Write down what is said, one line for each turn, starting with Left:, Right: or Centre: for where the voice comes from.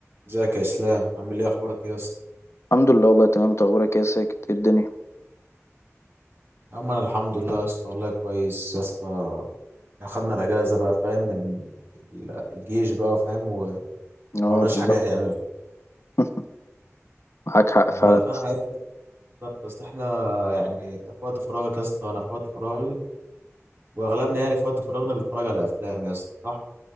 Right: ازيك يا اسلام عامل ايه اخبارك ايه يا اسطى
Left: الحمد لله والله تمام انت اخبارك ايه يا ساكت ايه الدنيا
Right: يا عم انا الحمد لله يا اسطى والله كويس يا اسطى اخدنا الاجازه بقى فاهم من ال- الجيش بقى فاهم و-
Left: اه
Right: ومعناش
Left: بالظبط
Right: حاجه نعملها
Left: <laughs> معاك حق
Right: والله
Left: فعلا يا
Right: فانا
Left: اسطى.
Right: عارف يا اسطى احنا يعني انت في وقت فراغك يا اسطى انا في وقت فراغي واغلبنا يعني في وقت فراغنا بيتفرج على افلام يا اسطى صح